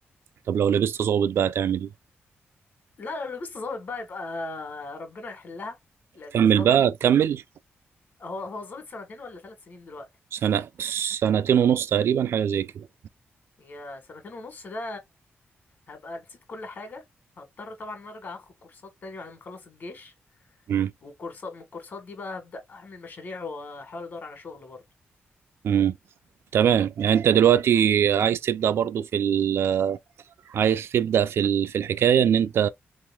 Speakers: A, on the right; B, on the left.
A: طب لو لبست ضابط بقى هتعمل ايه
B: لا لو لبست ضابط بقى يبقى ربنا يحلها لأن
A: تكمل
B: الضابط
A: بقى تكمل
B: هو هو الضابط سنتين ولا ثلاث سنين دلوقتي
A: سنة سنتين ونص تقريبا حاجة زي كده
B: هي سنتين ونص ده هبقى نسيت كل حاجة هضطر طبعا إن أنا أرجع أخد كورسات تاني بعد ما أخلص الجيش
A: امم
B: وكورسات من الكورسات دي بقى هبدأ أعمل مشاريع وأحاول أدور على شغل برضه
A: امم تمام يعني انت دلوقتي عايز تبدأ برضو في ال عايز تبدأ في ال- في الحكاية ان انت